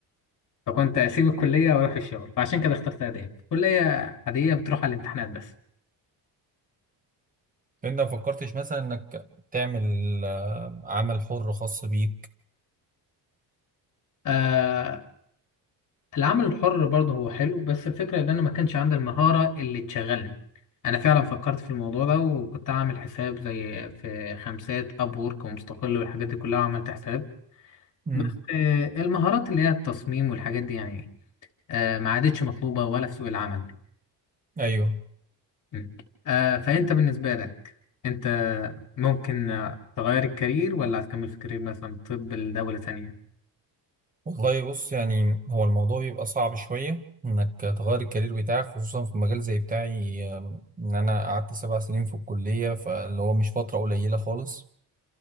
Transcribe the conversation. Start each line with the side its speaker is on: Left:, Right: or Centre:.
Left: فكنت اسيب الكليه واروح الشغل فعشان كده اخترت اداب كليه عاديه بتروح على الامتحانات بس
Right: فانت ما فكرتش مثلا انك تعمل آه، عمل حر خاص بيك
Left: آه العمل الحر برضه هو حلو بس الفكره ان انا ما كانش عندي المهاره اللي تشغلني انا فعلا فكرت في الموضوع ده وكنت عامل حساب زي في خمسات اب وورك ومستقل والحاجات دي كلها عملت حساب
Right: مم.
Left: بس آه، المهارات اللي هي التصميم والحاجات دي يعني آه، ما عادتش مطلوبة ولا في سوق العمل
Right: ايوه
Left: م. آه، فأنت بالنسبة لك أنت ممكن آه، تغير الكارير ولا هتكمل في كارير مثلا طب لدولة تانية؟
Right: والله بص يعني هو الموضوع بيبقى صعب شوية إنك تغير الكارير بتاعك خصوصا في مجال زي بتاعي آم، إن أنا قعدت سبع سنين في الكلية فاللي هو مش فترة قليلة خالص